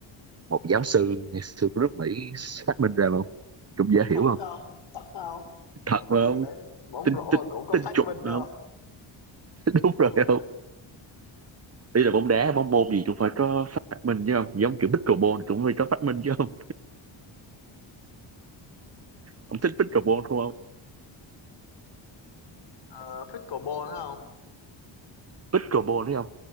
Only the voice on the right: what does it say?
một giáo sư ngày xưa của nước Mỹ phát minh ra mà không cũng dễ hiểu
không
thật
mà
không
tin
tin
tin
chuẩn
mà
không <laughs> đúng rồi
không bây giờ bóng đá bóng môn gì cũng phải có phát minh chứ không giống kiểu pickleball cũng phải có phát minh chứ không ông thích pickleball đúng không
pickleball đấy không